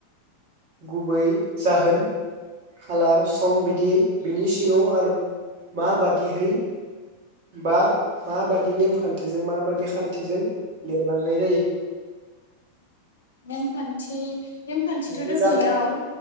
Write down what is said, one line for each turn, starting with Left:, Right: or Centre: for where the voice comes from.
Right: गुबै जाहोन खालार सम बिदियै बिनि सिङाव आरो माबादिहै बा माबादि नेमखान्थिजों माबादि खान्थिजों लिरलांनायजायो।
Left: नेम खान्थि नेमखान्थिथ '
Right: बे
Left: दङो
Right: जाबाय
Left: इयाव